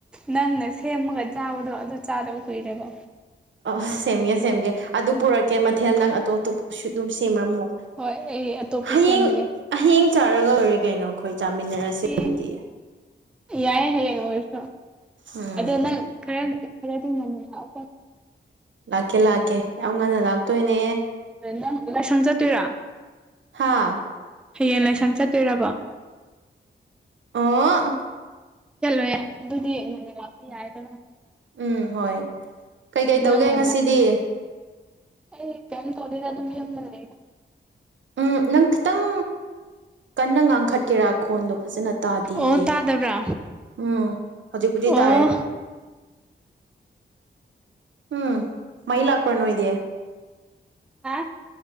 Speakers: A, in the centre; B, on the right.
A: ꯅꯪꯅ ꯁꯦꯝꯃꯒ ꯆꯥꯕꯗꯣ ꯑꯗꯨ ꯆꯥꯗꯕ ꯀꯨꯏꯔꯦꯕ
B: ꯑꯥ ꯁꯦꯝꯒꯦ ꯁꯦꯝꯒꯦ ꯑꯗꯨ ꯄꯨꯔꯛꯀꯦ ꯃꯊꯦꯜ ꯅꯪ ꯑꯇꯣꯞ ꯑꯇꯣꯞꯄꯁꯨ ꯑꯗꯨꯝ ꯁꯦꯝꯔꯝꯃꯣ
A: ꯍꯣꯏ ꯑꯩ ꯑꯇꯣꯞꯄ
B: ꯍꯌꯦꯡ
A: ꯁꯦꯝꯃꯒꯦ
B: ꯍꯌꯦꯡ ꯆꯥꯔꯒ ꯂꯣꯏꯔꯦ ꯀꯩꯅꯣ ꯑꯩꯈꯣꯏ ꯆꯥꯃꯤꯟꯅꯔꯁꯦ
A: ꯍꯌꯦꯡ
B: ꯑꯗꯨꯗꯤ
A: ꯌꯥꯏ ꯍꯌꯦꯡ ꯑꯣꯏꯔꯁꯨ
B: ꯎꯝ
A: ꯑꯗꯣ ꯅꯪ ꯈꯔ ꯈꯔꯗꯤ ꯉꯟꯅ ꯂꯥꯛꯎꯀꯣ
B: ꯂꯥꯛꯀꯦ ꯂꯥꯛꯀꯦ ꯌꯥꯝ ꯉꯟꯅ ꯂꯥꯛꯇꯣꯏꯅꯦ
A: ꯅꯪ ꯂꯥꯏꯁꯪ ꯆꯠꯇꯣꯏꯔ
B: ꯍꯥꯥ
A: ꯍꯌꯦꯡ ꯂꯥꯏꯁꯪ ꯆꯠꯇꯣꯏꯔꯕ
B: ꯑꯣꯑꯥ
A: ꯆꯜꯂꯣꯏꯌꯦ ꯑꯗꯨꯗꯤ ꯉꯟꯅ ꯂꯥꯛꯄ ꯌꯥꯏꯗꯅ
B: ꯎꯝ ꯍꯣꯏ ꯀꯩꯀꯩ ꯇꯧꯒꯦ
A: ꯅꯪ ꯉꯟꯅ
B: ꯉꯁꯤꯗꯤ
A: ꯑꯩ ꯀꯤꯝ ꯇꯧꯗꯦꯗ ꯑꯗꯨꯝ ꯌꯨꯝꯗ ꯂꯩꯌꯦ
B: ꯎꯝ ꯅꯪ ꯈꯤꯇꯪ ꯀꯟꯅ ꯉꯥꯡꯈꯠꯀꯦꯔ ꯈꯣꯟꯗꯣ ꯐꯖꯅ ꯇꯥꯗꯌꯦ
A: ꯑꯣ ꯇꯥꯗꯕ꯭ꯔꯥ
B: ꯎꯝ ꯍꯧꯖꯤꯛꯄꯨꯗꯤ
A: ꯑꯣ
B: ꯇꯥꯔꯦ ꯎꯝ ꯃꯩ ꯂꯥꯛꯄ꯭ꯔꯥ ꯅꯣꯏꯗꯤ
A: ꯍꯥ